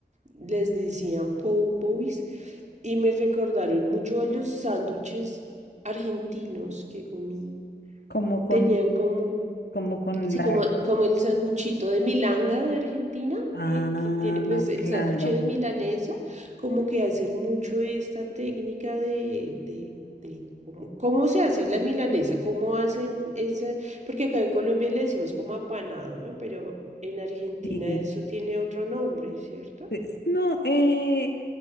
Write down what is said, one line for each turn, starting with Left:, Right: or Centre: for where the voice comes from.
Right: les decían pou boys y me recordaron mucho a los sándwiches argentinos que comí.
Left: Como con,
Right: Tenían como
Left: como con
Right: Sí,
Left: la.
Right: como, como el sanguchito de milanga de Argentina,
Left: Ah,
Right: que, que tiene pues el
Left: claro.
Right: sándwich de milanesa, como que hacen mucho esta técnica de, de, de cómo, cómo se hace la milanesa, cómo hacen esa, porque acá en Colombia le decimos como apanado, ¿no? Pero en Argentina
Left: Sí.
Right: eso tiene otro nombre, ¿cierto?
Left: Es- No, eh,